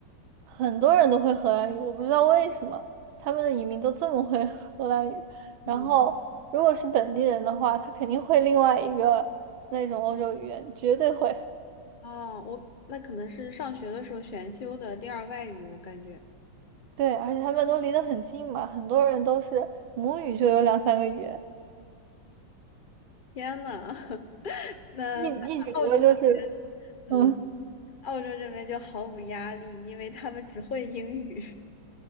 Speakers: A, on the right; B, on the left.
A: 很多人都会荷兰语，我不知道为什么他们的移民都这么会 <laughs> 荷兰语。
B: 嗯，
A: 然后如果是本地人的话，他肯定会另外一个那种欧洲语言，绝对会。
B: 哦，我那可能是上学的时候选修的第二外语，我感觉。
A: 对，而且他们都离得很近嘛，很多人都是母语就有两三个语言。
B: 天呐，<laughs> 那那澳洲这
A: 一一直觉得就是，
B: 嗯，
A: 嗯，
B: 澳洲这边就毫无压力，因为他们只会英语，